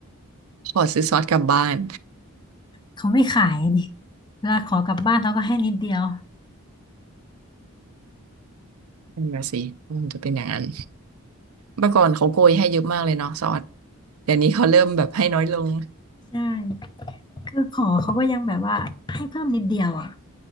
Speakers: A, on the right; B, on the left.
A: ขอซื้อซอสกลับบ้าน
B: เขาไม่ขายดิเวลาขอกลับบ้านเขาก็ให้นิดเดียว
A: นั่นมาสิมันจะเป็นอย่างนั้นเมื่อก่อนเขาโกยให้เยอะมากเลยเนาะซอสเดี๋ยวนี้เขาเริ่มแบบให้น้อยลง
B: ใช่คือขอเขาก็ยังแบบว่าให้เพิ่มนิดเดียวอ่ะ